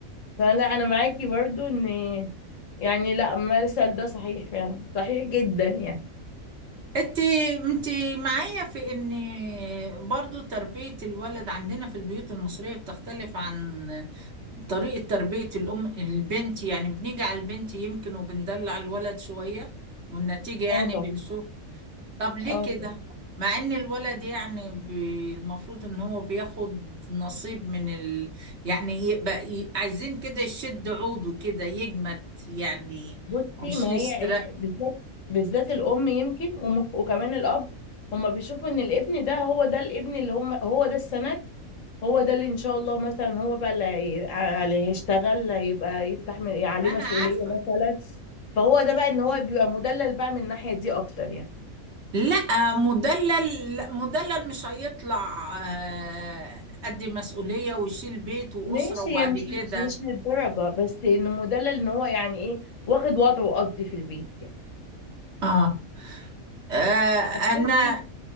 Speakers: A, on the left; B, on the right.
A: فلا أنا معاكي برضو إن يعني لا المثل ده صحيح فعلا صحيح جدا يعني
B: انت انت معايا في ان برضو تربية الولد عندنا في البيوت المصرية بتختلف عن طريقة تربية الام البنت يعني بنيجي على البنت يمكن وبندلع الولد شوية والنتيجة يعني
A: اه طبعا
B: بنشوف طب ليه
A: اه
B: كده مع ان الولد يعني ب- المفروض ان هو بياخد نصيب من ال... يعني يبقى ي- عايزين كده يشد عوده كده يجمد يعني
A: بصي
B: مش
A: ما
B: يستريح
A: هي هي بالذات بالذات الام يمكن ومك- وكمان الاب هما بيشوفوا ان الابن ده هو ده الابن اللي هم هو ده السند هو ده اللي ان شاء الله مثلا هو بقى اللي هي- اللي هيشتغل هيبقى يستحمل عليه
B: ما انا
A: مسؤولية
B: عارفة
A: مثلا فهو ده بقى ان هو بيبقى مدلل بقى من الناحية دي اكتر يعني
B: لا مدلل لا، مدلل مش هيطلع آه، قد مسؤولية ويشيل بيت وأسرة
A: ماشي
B: وبعد
A: هي مش
B: كده
A: ل- مش للدرجة بس انه مدلل ان هو يعني ايه واخد وضعه قصدي في البيت يعني
B: اه آه،
A: طب
B: انا
A: بصي